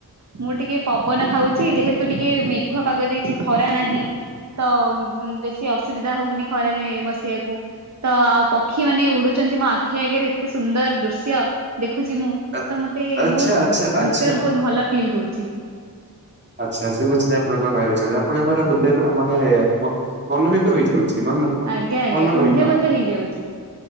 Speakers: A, on the right (about 45°); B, on the right (about 30°).
A: ମୁଁ ଟିକେ ପବନ ଖାଉଛି ଯେହେତୁ ଟିକେ ମେଘୁଆ ପାଗ ଦେଇଛି ଖରା ନାହିଁ । ତ ବେଶୀ ଅସୁବିଧା ହଉନି ଖରାରେ ବସିଆକୁ ତ ଆଉ ପକ୍ଷୀ ମାନେ ଉଡୁଛନ ନ୍ତି ମୋ ଆଖି ଆଗରେ ଏତେ ସୁନ୍ଦର ଦୃଶ୍ୟ । ଦେଖୁଛି ମୁଁ
B: ଆ
A: ତ ମତେ
B: ଆଚ୍ଛା
A: ବହୁତ
B: ଆଚ୍ଛା ଆଚ୍ଛା।
A: ଭିତରେ ବହୁତ ଭଲ ଫିଲ୍ ହଉଛି।
B: ଆଚ୍ଛା ସେ ବୁଝିଲେ ଆପଣ କଣ ଭାବି ଛନ୍ତି ଆପଣଙ୍କ ର ହୃଦୟ ପୁରା ମାନେ ମନୋହିତ ହେଇଯାଉଛି । ଛି-ମନ ମୁ-କୁ-ମ୍
A: ଆଜ୍ଞା ଆଜ୍ଞା
B: ମନମୋହିତ
A: କୁଣ୍ଢେ ମତ ହେଇଯାଉଛି